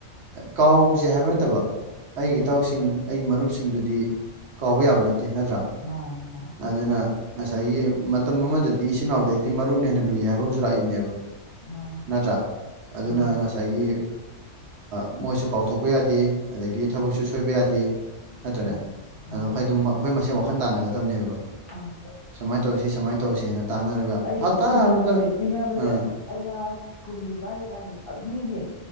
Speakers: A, on the right; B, on the left.
A: ꯀꯥꯎ ꯍꯧꯖꯤꯛ ꯍꯥꯏꯕ ꯅꯠꯇꯕ ꯑꯩꯒꯤ
B: ꯍꯣꯏ
A: ꯏꯇꯥꯎꯁꯤꯡ ꯑꯩꯒꯤ ꯃꯔꯨꯞꯁꯤꯡꯗꯨꯗꯤ ꯀꯥꯎꯕ ꯌꯥꯕ ꯅꯠꯇꯦ ꯅꯠꯇ꯭ꯔꯥ
B: ꯃꯥꯅꯦ ꯃꯥ
A: ꯑꯗꯨꯅ ꯉꯁꯥꯏꯒꯤ ꯃꯇꯝ ꯑꯃꯗꯗꯤ ꯏꯆꯤꯟ ꯏꯅꯥꯎꯗꯩꯗꯤ ꯃꯔꯨꯞꯅ ꯍꯦꯟꯅ ꯂꯨꯏ ꯍꯥꯏꯕ ꯑꯃꯁꯨ ꯂꯥꯛꯏꯕꯅꯦꯕ
B: ꯃꯥꯅꯦ
A: ꯅꯠꯇ꯭ꯔꯥ ꯑꯗꯨꯅ
B: ꯃꯥꯅꯦ
A: ꯉꯁꯥꯏꯒꯤ ꯃꯣꯏꯁꯨ ꯀꯥꯎ ꯄꯨꯊꯣꯛꯄ ꯌꯥꯗꯦ ꯑꯗꯒꯤ ꯊꯕꯛꯁꯨ ꯁꯣꯏꯕ ꯌꯥꯗꯦ ꯅꯠꯇ꯭ꯔꯅꯦ
B: ꯍꯣꯏ
A: ꯑꯗꯣ
B: ꯃꯥꯅꯦ
A: ꯑꯩꯈꯣꯏ ꯑꯗꯨꯝ ꯑꯩꯈꯣꯏ ꯃꯁꯦꯟ ꯋꯥꯈꯜ ꯇꯥꯟꯅꯒꯗꯕꯅꯦꯕ
B: ꯍꯣꯏ
A: ꯁꯨꯃꯥꯏꯅ ꯇꯧꯁꯤ ꯁꯨꯃꯥꯏꯅ ꯇꯧꯁꯦꯅ ꯇꯥꯟꯅꯔꯒ
B: ꯑꯩꯒꯤꯗꯤ
A: ꯍꯞꯇꯥ
B: ꯇꯤꯟꯅꯕꯁꯦ
A: ꯑꯃꯗ
B: ꯇꯤꯟꯅꯕꯁꯦ
A: ꯑꯥ
B: ꯑꯩꯅ ꯁ꯭ꯀꯨꯜ ꯀꯥꯏꯔꯤꯀꯥꯟꯗ ꯌꯥꯝ ꯃꯤꯁꯦ